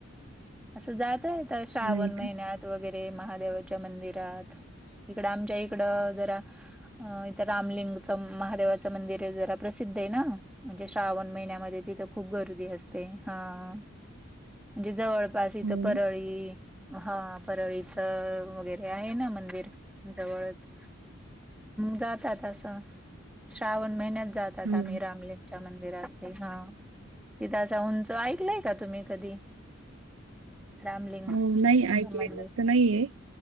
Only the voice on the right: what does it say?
मग
नाही
का
हो
ना
हो
हो
नाही ऐकलेलं
तर नाहीये